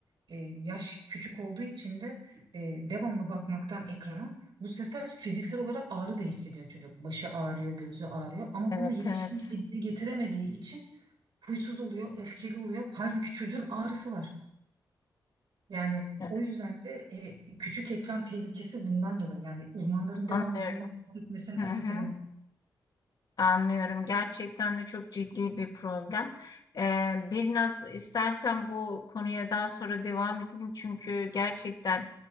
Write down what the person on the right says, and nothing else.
e, yaş küçük olduğu için de e, devamlı bakmaktan ekrana bu sefer fiziksel olarak ağrı da hissediyor çocuk. Başı ağrıyor, gözü ağrıyor ama
bunu yetişkin
gibi dile getiremediği için huysuz oluyor, öfkeli oluyor. Halbuki çocuğun ağrısı var. Yani
o yüzden de e, küçük ekran tehlikesi bundan dolayı. Yani uzmanların
devamlı bundan bahsetmesinin
asıl
sebebi